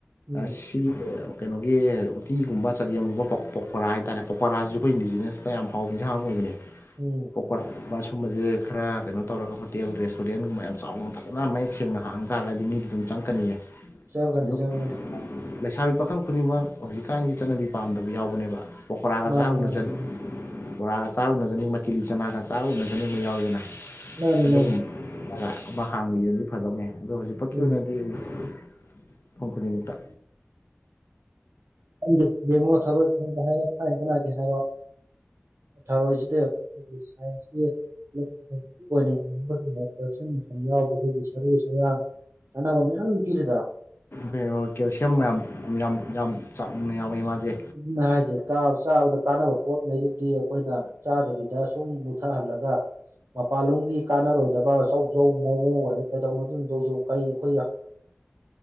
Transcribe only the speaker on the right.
ꯎꯝ
ꯎꯝ
ꯆꯪꯒꯅꯤ
ꯆꯪꯒꯅꯤ
ꯃꯥꯅꯤ
ꯃꯥꯅꯤ ꯃꯥꯅꯤ
ꯃꯥꯅꯤ
ꯃꯥꯅꯤ
ꯎꯝ
ꯈꯪꯗꯦ ꯌꯦꯡꯉꯣ ꯊꯔꯣꯏ ꯊꯣꯡꯕ ꯍꯥꯏꯔꯣ ꯊꯥꯏꯅꯗꯅꯒꯦ ꯍꯥꯏꯔꯣ ꯊꯔꯣꯏꯁꯤꯗ ꯑꯩꯈꯣꯏꯒꯤ ꯁꯥꯏꯟꯁꯀꯤ <unintelligible> ꯌꯥꯎꯕ ꯑꯩꯈꯣꯏꯒꯤ ꯁꯔꯨ ꯁꯌꯥꯡ ꯀꯥꯟꯅꯕ ꯃꯌꯥꯝ ꯄꯤꯔꯤꯗꯔ
ꯑꯗꯨꯅꯦ ꯍꯥꯏꯁꯦ ꯀꯥꯕ ꯆꯥꯕꯗ ꯀꯥꯟꯅꯕ ꯄꯣꯠꯉꯩꯗꯨꯗꯤ ꯑꯩꯈꯣꯏꯅ ꯆꯥꯗꯕꯤꯗ ꯁꯨꯝ ꯃꯨꯊꯍꯜꯂꯒ ꯃꯄꯥꯟꯂꯣꯝꯒꯤ ꯀꯥꯟꯅꯔꯣꯏꯗꯕ ꯆꯧ ꯆꯧ ꯃꯣꯃꯣꯒꯥꯖꯦ ꯀꯩꯗꯧꯅꯗꯣꯏꯅꯣ ꯆꯧꯆꯧ ꯀꯩ ꯑꯈꯣꯏ